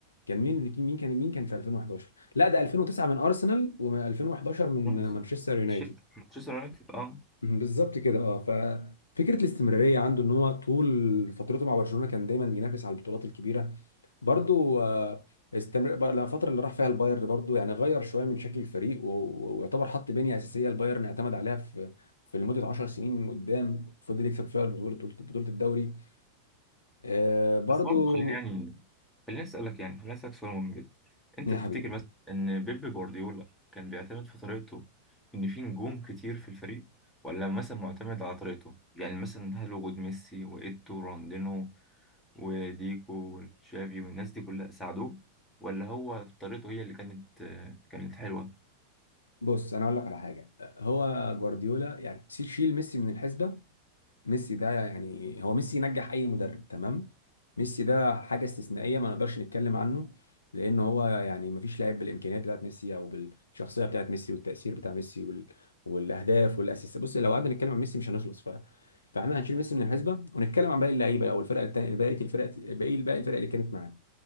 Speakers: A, on the left (about 75°); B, in the centre.
A: كان مين مين كان مين كان في 2011 لا ده 2009 من أرسنال و2011 من
B: رحت
A: مانشستر يونايتد
B: شلت مانشستر يونايتد اه
A: مم، بالظبط كده اه ففكره الاستمراريه عنده ان هو طول فترته مع برشلونه كان دايما بينافس على البطولات الكبيره برضو آه، استمر بقى الفتره اللي راح فيها البايرن برضو يعني غير شويه من شكل الفريق و- و- ويعتبر حط بنيه اساسيه البايرن اعتمد عليها في في لمده 10 سنين قدام فضل يكسب فيها بطوله بطوله الدوري آه، برضو
B: بس برضه خليني يعني خليني اسالك يعني خليني اسالك سؤال مهم جدا انت
A: يا
B: تفتكر
A: حبيبي
B: مثلا ان بيب جوارديولا كان بيعتمد في طريقته ان في نجوم كتير في الفريق ولا مثلا معتمد على طريقته يعني مثلا هل وجود ميسي وايتو وراندينو وديكو وتشافي والناس دي كلها ساعدوه ولا هو في طريقته هي اللي كانت كانت حلوة
A: بص انا اقول لك على حاجه هو جوارديولا يعني شيل ميسي من الحسبه ميسي ده يعني هو ميسي ينجح اي مدرب تمام ميسي ده حاجه استثنائيه ما نقدرش نتكلم عنه لان هو يعني ما فيش لاعب بالامكانيات بتاعت ميسي او بالشخصيه بتاعت ميسي والتاثير بتاع ميسي وال... والاهداف والاسيستات بص لو قعدنا نتكلم عن ميسي مش هنخلص ف... فاحنا هنشيل ميسي من الحسبه ونتكلم عن باقي اللعيبه او الفرق التانيه باقي الفرق باقي باقي الفرق اللي كانت معاه